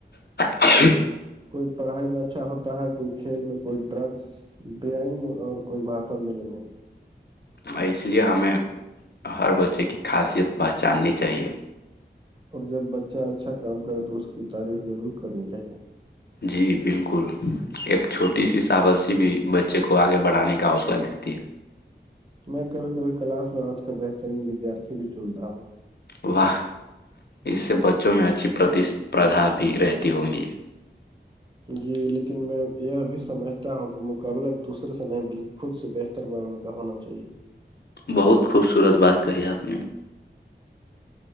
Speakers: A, on the left; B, on the right.
A: <unintelligible>
B: کوئی پڑھائی میں اچھا ہوتا ہے کوئی کھیل میں کوئی ڈرگس ڈرائنگ اور کوئی بھاشن دینے میں
A: اور اس لیے ہمیں ہر بچے کی خاصیت پہچاننی چاہیے
B: اور جب بچہ اچھا کام کرے تو اس کی تعریف ضرور کرنی چاہیے
A: جی بالکل ایک چھوٹی سی سابسیی بھی بچے کو آگے بڑھانے کا حوصلہ دیتی ہے
B: میں کبھی کبھی کلاس میں آج کا بہترین ودیارتھی بھی چنتا ہوں
A: ہے واہ اس سے بچوں میں اچھی پرتیسپردھا بھی رہتی ہوں گی
B: جی لیکن میں یہ بھی سمجھتا ہوں کہ مقابلہ ایک دوسرے سے نہیں بلکہ خود سے بہتر بنانے کا ہونا چاہیے
A: بہت خوبصورت بات کہی آپ نے